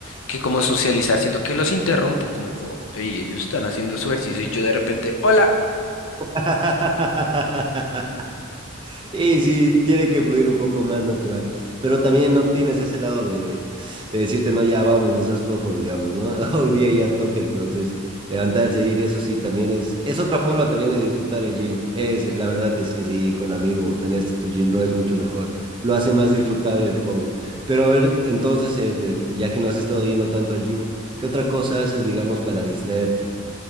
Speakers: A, on the left; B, on the right.
A: que como socializar, siento que los interrumpo, como, como, y ellos están haciendo su ejercicio y yo de repente, hola.
B: <laughs> Y sí, tiene que fluir un poco más natural, pero también no tienes ese lado de, de decirte, no, ya vamos, no seas flojo, digamos, ¿no? <laughs> Hoy día ya toca, entonces levantarse e ir, eso sí, también es, es otra forma también de disfrutar el gym. Es, la verdad es que sí, ir con amigo, o tenerte tu gym, bro, es mucho mejor. Lo hace más disfrutable el hobby. Pero a ver, entonces, eh, ya que no has estado yendo tanto al gym, ¿qué otra cosa haces, digamos, para distraerte?